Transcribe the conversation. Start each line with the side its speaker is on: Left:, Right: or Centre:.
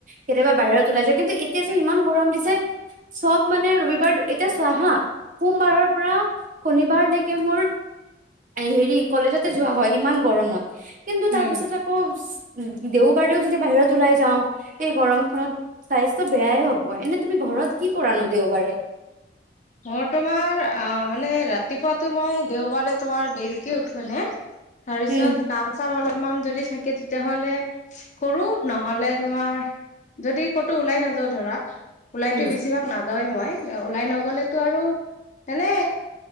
Right: কেতিয়াবা বাহিৰত ওলাই যাওঁ কিন্তু এতিয়া যে ইমান গৰম দিছে চব মানে ৰবিবাৰ এতিয়া চোৱা হা সোমবাৰৰ পৰা শনিবাৰলেকে মোৰ হেৰি কলেজতে যোৱা হয় ইমান গৰমত কিন্তু
Left: হম
Right: তাৰ পিছত আকৌ দেওবাৰেও যদি বাহিৰত ওলাই যাওঁ এই গৰমখনত স্বাস্থ্য বেয়াই হব এনে তুমি ঘৰত কি কৰানো দেওবাৰে?
Left: মোৰ তোমাৰ আ মানে ৰাতিপুৱাতো মই দেওবাৰে তোমাৰ দেৰিকে উঠো মানে তাৰ পিছত
Right: উম
Left: কাম-চাম অলপমান যদি থাকে তেতিয়া হ'লে কৰো নহলে তোমাৰ যদি ক'তো ওলাই নাযাও ধৰা। ওলাইতো
Right: উম
Left: বেছিভাগ নাযাওৱে মই ওলাই নগলেতো আৰু এনে